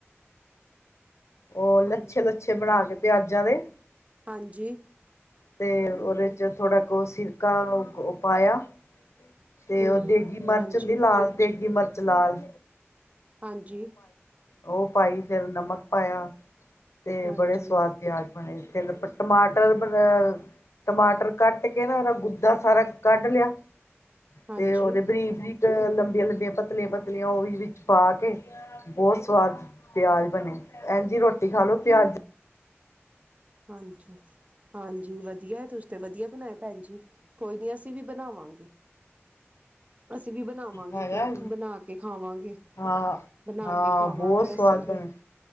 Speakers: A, on the left (about 85°); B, on the right (about 30°).
A: ਉਹ ਲੱਛੇ
B: ਹਾਂਜੀ
A: ਲੱਛੇ ਬਣਾ ਕੇ ਪਿਆਜਾਂ ਦੇ
B: ਹਾਂਜੀ
A: ਤੇ ਉਹਦੇ 'ਚ ਥੋੜਾ ਕੁ ਸਿਰਕਾ ਪਾਇਆ ਤੇ
B: ਹਮ
A: ਉਹ ਦੇਗੀ ਮਿਰਚ
B: ਹਾਂਜੀ
A: ਹੁੰਦੀ ਲਾਲ ਦੇਗੀ ਮਿਰਚ ਲਾਲ
B: ਹਾਂਜੀ।
A: ਓਹ ਪਾਈ ਫਿਰ ਨਮਕ ਪਾਯਾ ਤੇ
B: ਹਾਂਜੀ
A: ਬੜੇ ਸਵਾਦ ਪਿਆਜ ਬਣੇ, ਤਿਲ ਪੱ ਟਮਾਟਰ ਬਰਹ ਟਮਾਟਰ ਕੱਟ ਕੇ ਨਾ ਉਦਾ ਗੁੱਦਾ ਸਾਰਾ ਕੱਢ ਲਿਆ।
B: ਹਾਂਜੀ
A: ਤੇ ਓਦੇ ਬਰੀਕ ਬਰੀਕ ਲੰਬੀਆਂ ਲੰਬੀਆਂ ਪਤਲੀਆਂ ਪਤ ਤੀਲੀਆਂ ਓਹ ਵੀ ਵਿੱਚ ਪਾ ਕੇ ਬੌਤ ਸਵਾਦ ਪਿਆਜ ਬਣੇ, ਐਨ ਜੀ ਰੋਟੀ ਖਾ ਲੋੋ ਪਿਆਜ
B: ਹਾਂਜੀ ਹਾਂਜੀ, ਵਧੀਆ ਹੈ ਤੁਸੀ ਤੇ ਵਧੀਆ ਬਣਾਏ ਭੈਣ ਜੀ। ਕੋਈ ਨੀ ਅਸੀਂ ਵੀ ਬਣਾਵਾਂਗੇ। ਅਸੀਂ ਵੀ ਬਣਾਵਾਂਗੇ
A: ਹੈਗਾ
B: ਕਿ ਬਣਾ ਕੇ ਖਾਵਾਂਗੇ।
A: ਹਾਂ
B: ਬਣਾ
A: ਹਾਂ,
B: ਕੇ ਖਾਵਾਂਗੇ
A: ਬੌਤ ਸਵਾਦ
B: ਅਸੀਂ
A: ਬਣੇ।
B: ਵੀ